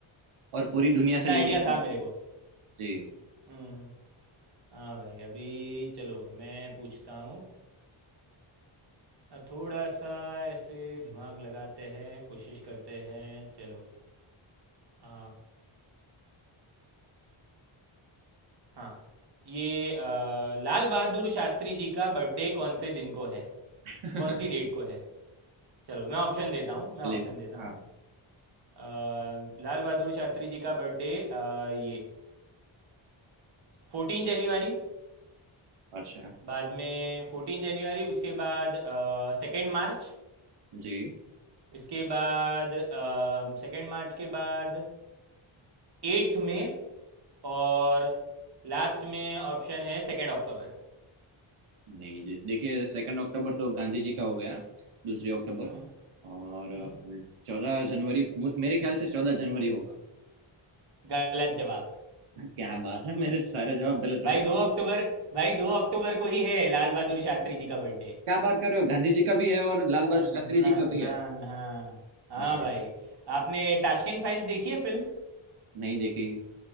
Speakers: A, on the right; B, on the right.
A: और पूरी दुनिया
B: इतना
A: से लिया
B: आइडिया था मेरे को
A: जी
B: हम्म हम्म। हाँ भाई अभी चलो मैं पूछता हूँ अ, थोड़ा सा ऐसे दिमाग लगाते हैं कोशिश करते हैं चलो आ, हाँ ये अ, लाल बहादुर शास्त्री जी का बर्थडे कौन से दिन को है
A: <laughs>
B: कौन सी डेट को है चलो मैं ऑप्शन देता हूँ मैं
A: भले
B: ऑप्शन देता हूँ
A: हाँ
B: अ, लाल बहादुर शास्त्री जी का बर्थडे ये फोर्टीन जनवरी
A: अच्छा
B: बाद में फोर्टीन जनवरी उसके बाद सेकेंड मार्च
A: जी
B: इसके बाद सेकेंड मार्च के बाद एट्थ में और लास्ट में ऑप्शन है सेकेंड अक्टूबर
A: नहीं जी देखिए सेकंड अक्टूबर तो गांधी जी का हो गया दूसरी अक्टूबर
B: हम्म
A: और
B: हम्म
A: चौदह जनवरी मु- मेरे ख्याल से चौदह जनवरी होगा
B: गलत जवाब
A: <laughs> क्या बात है मेरे सारे जवाब गलत
B: भाई
A: हो रहे
B: दो अक्टूबर भाई दो अक्टूबर को ही है लाल बहादुर शास्त्री जी का बर्थडे
A: क्या बात कर रहे हो गांधी जी का भी है और लाल
B: हाँ
A: बहादुर शास्त्री
B: हाँ
A: जी का भी
B: हाँ
A: है
B: हाँ हाँ
A: अरे
B: भाई आपने ताशकंद फाइल्स देखी है फिल्म
A: नहीं देखी